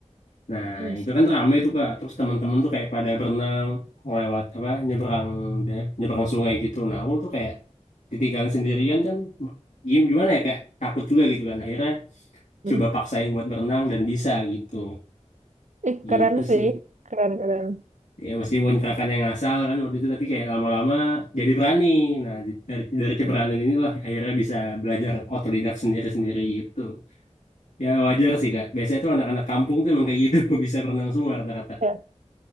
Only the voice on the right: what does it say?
Yes.
<laughs>
Eh,
keren sih.
Keren, keren.
Mm.
Ya,